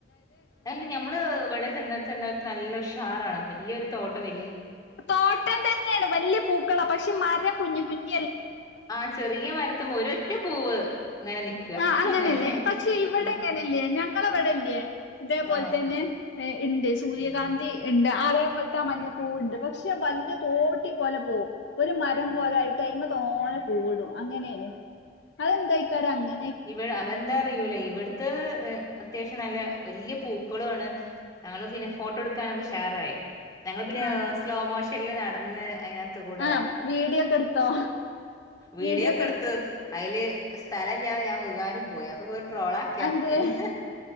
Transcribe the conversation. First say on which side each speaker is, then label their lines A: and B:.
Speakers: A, on the left (about 20°); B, on the left (about 70°).
A: അല്ല ഞമ്മള് ഇവിടെ ചെന്ന ചെന്ന നല്ല ഉഷാറാണ് വല്ല്യരു തോട്ടം വ
B: തോട്ടം തന്നെയാണ് വല്ല്യ പൂക്കളാ പക്ഷെ മരം കുഞ്ഞി കുഞ്ഞി
A: ആഹ് ചെറിയ മരത്ത് മെ ഒര് ഒറ്റ പൂവ് ഇങ്ങനെ നിക്ക
B: ആഹ് അങ്ങനെയല്ലേ
A: അതന്നെ
B: പക്ഷെ ഇവിടെ
A: ആഹ്
B: എങ്ങനെല്ലേ ഞങ്ങളവിടെല്ലേ ഇതേപോലെ
A: ആഹ്
B: തന്നെ ഇണ്ട് സൂര്യകാന്തി ഇണ്ട് അതേപോലത്തെ ആ മഞ്ഞ പൂവുണ്ട് പക്ഷെ വല്ല്യ തോട്ടി പോലെ പോ ഓഹ് ഒരു മരം പോലെ ആയിട്ട് അയ്മ തോനെ പൂവ് ടും അങ്ങനെയല്ലെ അതെ എന്തായിക്കാരം ങ്ങനെ
A: ഇവടെ അതെന്താ അറിയൂലേ ഇവിടുത്തെ അത്യാവശ്യം നല്ല വല്ല്യ പൂക്കളാണ് ഞങ്ങള് പിന്നെ ഫോട്ടോ എടുക്കാനൊക്കെ ഉഷാ ഷാറായി ഞങ്ങൾ പിന്നെ
B: ആണോ
A: സ്ലോ മോഷൻൽ നടന്ന് അയിനാത്തുകൂടെ
B: ആഹ് വീഡിയോ ഒക്കെ എടുത്തോ
A: വീഡിയോക്കെ
B: വീഡിയോ ഒക്കെ
A: എടുത്തു
B: എടുത്ത്
A: അയ്ല് സ്ഥലല്ലതെ ഞാൻ വീകാനും പോയി അതൊ ട്രോള ആക്കി
B: അതെന്തേ
A: ഇറക്കീണ്